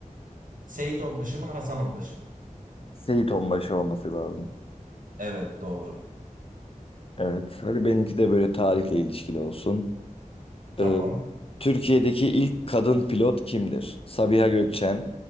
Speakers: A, on the right; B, on the left.
A: Seyit Onbaşı mı, Hasan Onbaşı mı?
B: Seyit Onbaşı olması lazım.
A: Evet, doğru.
B: Evet hadi benimki de böyle tarihle ilişkili olsun.
A: Tamam.
B: Ee, Türkiye'deki ilk kadın pilot kimdir? Sabiha Gökçen,